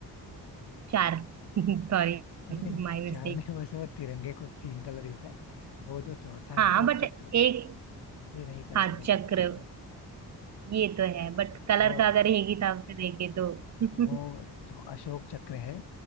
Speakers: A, on the right; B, on the left.
A: चार <laughs> Sorry
B: नहीं नहीं
A: my mistake
B: चार नहीं वैसे वो तिरंगे को तीन कलर ही होता है वो जो चौथा
A: हाँ
B: है वो
A: बट
B: चक्र
A: एक
B: से नहीं कंसीडर
A: हाँ चक्र
B: करते हैं
A: ये तो है बट कलर
B: वो
A: का अगर एक हिसाब से देखे तो <laughs>
B: वो जो अशोक चक्र है